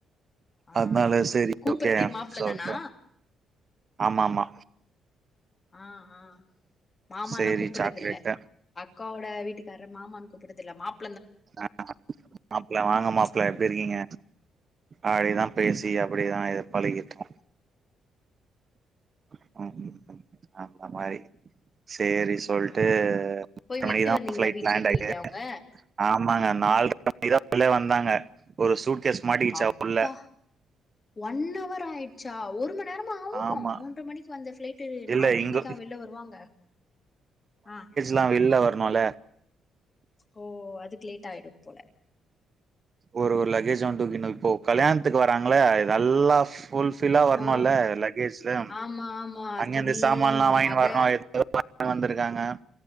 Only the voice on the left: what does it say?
ஆ
கூப்புறதே
மாப்ள
தானா
ஆ ஆ மாமல்லா
கூப்பிற்றது
இல்ல அக்காவோட வீட்டுக்கார்ர மாமான் கூப்பர்ரதுலமாப்
ஓ
ஆ
போய் விட்டு
வந்தீங்களா
வீட்ல
போயிட்டு
அவங்க
அப்பா
ஒன் அவர் ஆயிடுச்சா ஒரு மண் நேர் மா ஆவு
மூன்ற மணிக்கு வந்த பிளைட்டு
நால்ர
மணிக்கா வெளில வருவாங்க ஆ
ஓ அதுக்கு லேட் ஆயிடு போல
ஓ
ஆமா ஆமா
துணி
நக